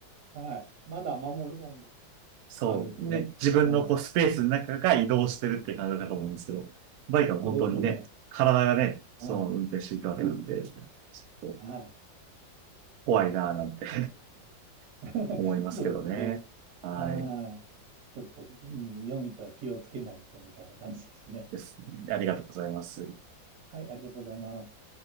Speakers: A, on the right (about 65°); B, on the right (about 85°).
A: はい。まだ守るもんが
B: そう。
A: あるんでね。
B: で、自分のこうスペースの中が移動してるって感じだと思うんですけど、
A: はい。
B: バイクは本当にね、
A: そうですね。
B: 体がね、その運転していくわけなんで、
A: はい。
B: ちょっと
A: はい。
B: 怖いなぁなんて
A: <laughs>
B: <laughs> 思いますけどね。
A: そうですね。
B: はい。
A: はい。ちょっと、うん、夜道は気をつけないとみたいな感じですね。
B: ですね。ありがとうございます。
A: はい、ありがとうございます。